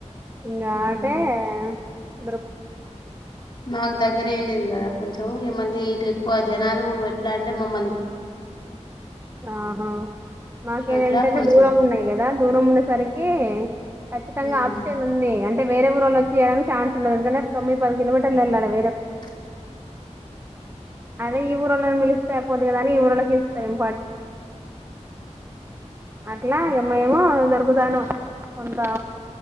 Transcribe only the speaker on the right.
ఇంగా
అంటే దొరుకుతయో దొరుకవో
ఆహా మాకేది
ఏంటంటే
దూరం ఉన్నాయి కదా దూరం ఉండేసరికి ఖచ్చితంగా
ఆప్షన్ ఉంది అంటే వేరే ఊరోళ్ళొచి చేయడానికి ఛాన్స్ ఉండదు ఎందుకంటే తొమ్మిది పది కలోమీటర్లు వెళ్ళాలి వేరే ఊరుకు
అదే ఈ ఊరోళ్ళని పిలుస్తే అయిపోద్ది కదాని ఈ ఊరోళ్ళకిస్తారేమో ఇంపార్టెంటు
అట్లా ఇగ మేము దొరుకుతానం కొంత వరకు